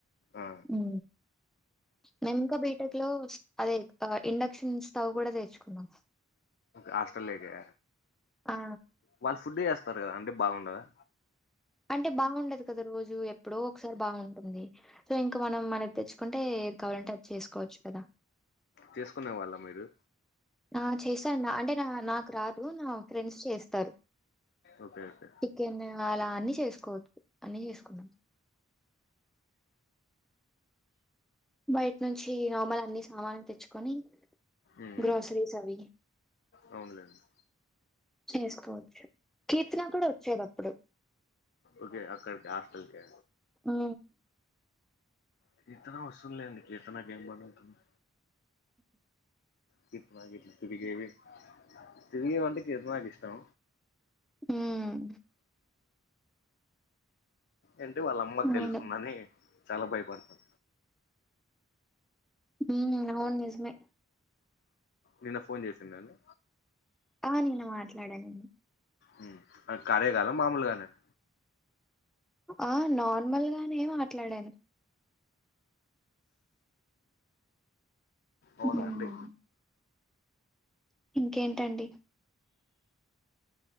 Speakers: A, on the left; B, in the centre.
A: ఆ
B: ఉ మేము ఇంకా బీటెక్ లో అదే ఇండక్షన్ స్టవ్ కూడా తెచ్చుకున్నాం
A: హాస్టల్ లోకా
B: ఆ!
A: వాళ్ళు ఫుడ్ చేస్తారు కదా అంటే బాగుండదా
B: అంటే బాగుండదు కదా రోజు ఎప్పుడో ఒకసారి బాగుంటుంది సో ఇంకా మనం మనకి తెచ్చుకుంటే ఏది కావాలంటే అది చేసుకోవచ్చు కదా
A: చేసుకునే వాళ్ళ మీరు
B: నా చేశాను అంటే నా నాకు రాదు నా ఫ్రెండ్స్ చేస్తారు
A: ఓకే ఓకే
B: చికెన్ అలా అన్ని చేసుకోవచ్చు అన్ని చేసుకున్నాం బయట నుంచి నమల్ అన్ని సామాన్లు తెచ్చుకొని
A: ఉమ్,
B: గ్రోసరీస్
A: ఉమ్.
B: అవి
A: అవునులేండి
B: చేసుకోవచ్చు కీర్తన కూడా వచ్చేది ఆప్పుడు
A: ఓకే అక్కడికి హాస్టల్ కా
B: ఉ
A: కీర్తన వస్తుంది లేండి కీర్తనకి ఏం పనీ ఉంటుంది కీర్తన ఇట్లా తిరుగేవి తిరేగేవి అంటే కీర్తనకు ఇష్టం
B: ఊమ్
A: ఏంటి వాళ్ళమ్మక్
B: అవును.
A: తెలుస్తుందని చాలా భయపడుతున్
B: ఈ నిన్న వోన్ చేసింది
A: నిన్న ఫోన్ చేసిందండి
B: ఆ నిన్న మాట్లాడానని
A: ఉమ్ అ కాలేగాలా మామూలుగానేన
B: ఆ నార్మల్ గానే మాట్లాడాను
A: అవునా
B: ఉఉమ్
A: అండి
B: ఇంకేంటండి